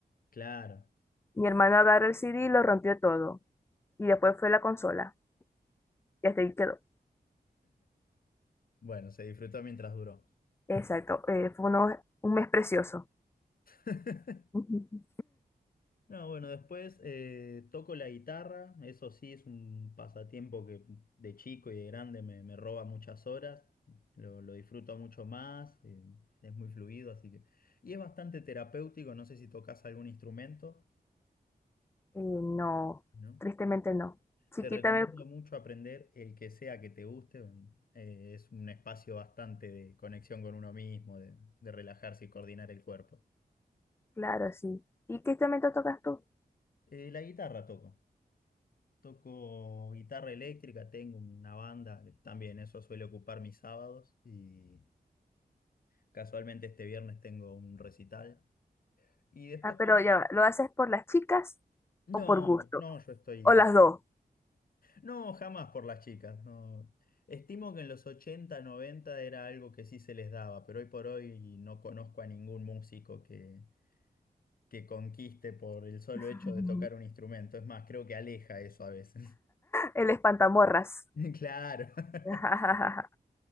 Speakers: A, on the left; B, on the left.
A: Claro.
B: Mi hermano agarró el CD y lo rompió todo. Y después fue la consola. Y hasta ahí quedó.
A: Bueno, se disfrutó mientras duró.
B: Exacto, eh, fue uno- un mes precioso.
A: <laughs>
B: <laughs> Ujú.
A: No, bueno, después eh, toco la guitarra, eso sí es un pasatiempo que de chico y de grande me, me roba muchas horas, lo, lo disfruto mucho más, eh, es muy fluido, así que... Y es bastante terapéutico, no sé si tocas algún instrumento,
B: Eh, no,
A: ¿no?
B: tristemente no. Chiquita,
A: Te recomiendo
B: me-
A: mucho aprender el que sea que te guste. Eh, es un espacio bastante de conexión con uno mismo, de, de relajarse y coordinar el cuerpo.
B: claro, sí. ¿Y qué instrumento tocas tú?
A: Eh, la guitarra toco. Toco guitarra eléctrica, tengo una banda, que también eso suele ocupar mis sábados y casualmente este viernes tengo un recital. Y después
B: Ah, pero
A: también...
B: ya va, ¿lo haces por las chicas
A: No,
B: o por gusto?
A: no, yo estoy
B: O las dos.
A: No, jamás por las chicas, no. Estimo que en los 80 90 era algo que sí se les daba, pero hoy por hoy no conozco a ningún músico que, que conquiste por el solo
B: <laughs>
A: hecho de
B: Ujú.
A: tocar un instrumento. Es más, creo que aleja eso a veces.
B: El espantamorras.
A: <laughs> Claro. <laughs>
B: <laughs>